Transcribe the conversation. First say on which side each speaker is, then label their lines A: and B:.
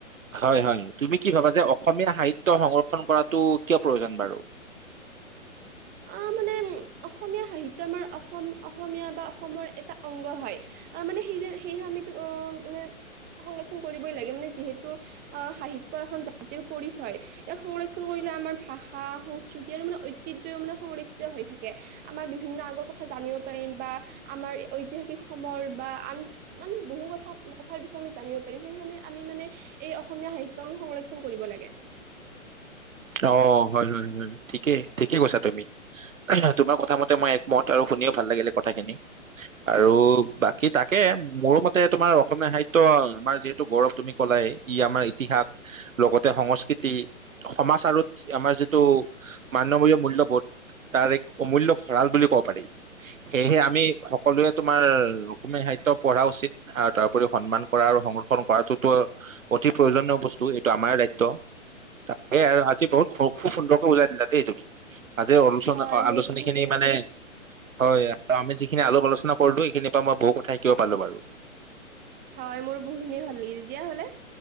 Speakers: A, on the right; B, on the right.
A: হয়, হয়। তুমি কি ভাবা যে অসমীয়া সাহিত্য সংৰক্ষন কৰাটো কিয় প্ৰয়োজন বাৰু?
B: আহ মানে অসমীয়া সাহিত্য আমাৰ অসম, অসমীয়া বা অসমৰ এটা অংগ হয়। আহ মানে সেই সেহে আমি অঁ, সংৰক্ষণ কৰিবই লাগে মানে যিহেতু- আহ সাহিত্য এখন জাতিৰ পৰিচয়। ইয়াক সংৰক্ষণ কৰিলে আমাৰ ভাষা সংস্কৃতি আৰু মানে ঐতিহ্য মানে সংৰক্ষণ হৈ থাকে। আমাৰ বিভিন্ন আগৰ কথা জানিব পাৰিম বা আমাৰ ঐতিহাসিক সমৰ বা আন- মানে বহু কথা কথাৰ বিষয়ে আমি জানিব পাৰিম। সেইয়েহে আমি মানে- এই অসমীয়া সাহিত্য আমি সংৰক্ষণ কৰিব লাগে।
A: অঁ, হয়, হয়, হয়। ঠিকেই, ঠিকে কৈছা তুমি। তোমাৰ কথা মতে মই একমত আৰু শুনিও ভাল লাগিলে কথাখিনি। আৰু বাকী তাকে মোৰো মতে তোমাৰ অসমীয়া সাহিত্য আমাৰ যিহেতু গৌৰৱ- কলাই, ই আমাৰ ইতিহাস লগতে সংস্কৃতি- সমাজ আৰু আমাৰ যিটো মানৱীয় মূল্যবোধ- তাৰ এক অমূল্য ভঁৰাাল বুলি ক'ব পাৰি। সেইয়েহে আমি সকলোৱে তোমাৰ অসমীয়া সাহিত্য পঢ়া উচিত। আৰু তাৰোপৰি সন্মান কৰা আৰু সংৰক্ষণ কৰাটোতো অতি প্ৰয়োজনীয় বস্তু, এইটো আমাৰ দায়িত্ব। এ আৰু আজি বহুত খুব সুন্দৰকে বুজাই দিলা দেই তুমি? আজিৰ আলোচনা
B: হয় মোৰ
A: আলোচনী
B: বহুতে
A: খিনি
B: ভাল
A: মানে
B: লাগিল
A: হয়। আৰু আমি যিখিনি আলাপ আলোচনা কৰিলো এইখিনিৰ পৰা মই বহু কথা শিকিব পাৰিলোঁ বাৰু।
B: হয়। মোৰ বহুখিনিয়ে ভাল লাগিল তেতিয়া হ'লে।